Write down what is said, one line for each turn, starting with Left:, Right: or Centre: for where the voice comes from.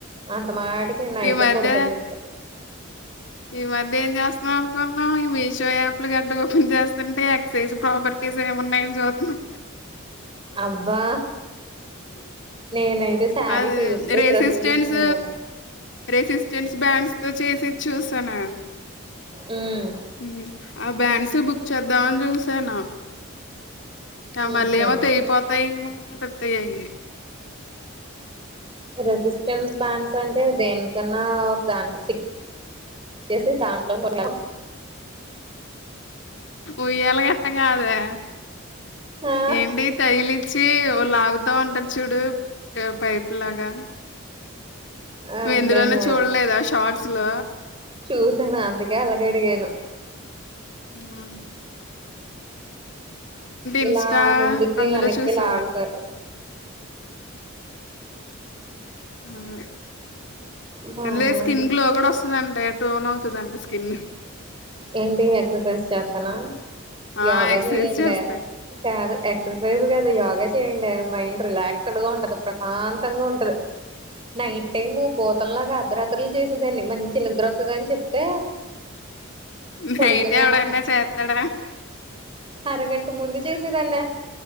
Right: అంతమట అందుకే నైట్
Left: ఈ మధ్య
Right: ఆ పడుకున్నాను
Left: ఈ మధ్య ఏం చేస్తున్నావ్ అనుకుంటున్నావ్ మీషో యాప్లు గడ్డ ఓపెన్ చేస్తుంటే ఎక్సైజ్ ప్రాపర్టీస్ ఏమిన్నాయని చూస్తున్నాం
Right: అబ్బా నేనయితే సారీస్
Left: అది
Right: ఎప్పుడు
Left: రెసిస్టెన్స్
Right: డ్రెస్సులు చూస్తూనే ఉంటా
Left: రెసిస్టెన్స్ బ్యాండ్స్ తో చేసి చూసాను
Right: హ్మ్
Left: హ్మ్. ఆ బ్యాన్స్ బుక్ చేద్దామని చూసాను ఆ
Right: ఉమ్
Left: మళ్ళీ ఏమో
Right: ఎంతన్నాయి
Left: తెగిపోతాయేమో పెత్తయయి
Right: రెసిస్టెన్స్ బ్యాండ్స్ అంటే దేనికన్నా ఒక దానికి సి ఇచ్చేసి దాంట్లో కొ
Left: ఉయ్యాల గట్ట కాదే
Right: ఆ
Left: ఎంటి తైలి చీ ఒకరు లాగుతా ఉంటారు చూడు పైపు లాగా నువ్వు
Right: అంతేనే
Left: ఎందులోను చూడలేదా షార్ట్ అసలు
Right: చూసాను అందుకే అలాగడిగాను
Left: ఆ ఇన్స్టా
Right: ఇలా ముందుకి
Left: అందులో
Right: వెనక్కి
Left: చూసాను.
Right: లాగుతారు
Left: ఆ హ్
Right: బానే
Left: అంన్లే
Right: ఉంది
Left: స్కిన్ గ్లో కూడా వస్తుందింటే టోన్ అవుతాది అంటా స్కిన్.
Right: ఏంటి ఎక్సర్సైజ్ చేస్త తనా
Left: ఆ!
Right: యోగా
Left: ఎక్సర్సైజ్
Right: చేయ్యలే.
Left: చేస్తే.
Right: కాదు. ఎక్ససైజ్ కాదు. యోగా చేయండి. మైండ్ రిలాక్స్డ్ గా ఉంటది. ప్రశాంతంగా ఉంటది. నైట్ టైము బూతంలాగా అర్థ రాత్రలు చేసేదాన్ని మంచి నిద్ర వతది అని చెప్తే. పడుకునే
Left: నైట్ ఎవడన్నా
Right: హ
Left: చేత్తాడా?
Right: అరగంట ముందు చేసేదాన్ని.